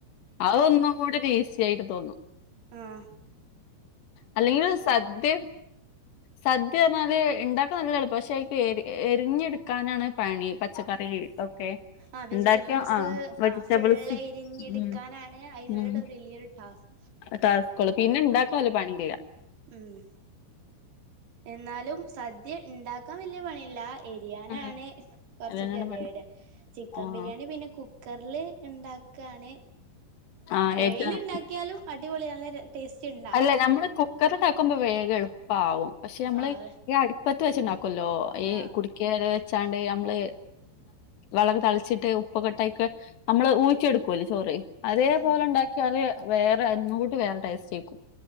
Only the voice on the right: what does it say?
ആഹ്
ആ വെജിറ്റബിൾസ്
ആ ഫുള്ള് എരിഞ്ഞെടുക്കാനാണ്
അതിനുള്ള
വലിയൊരു ടാസ്ക്
ആഹ്
ഉം എന്നാലും സദ്യ ഉണ്ടാക്കാൻ വല്ല്യ പണിയില്ല അരിയാൻ
ആണ് കുറച്ച്
ഗതികേട്
ചിക്കൻ
ബിരിയാണി പിന്നെ കു ക്കറില് ഉണ്ടാക്കാണ്
ഏയില് ഉണ്ടാക്കിയാലും അടിപൊളി നല്ല ര ടേസ്റ്റ് ഉണ്ട്
ആഹ്
ആഹ്
ഉം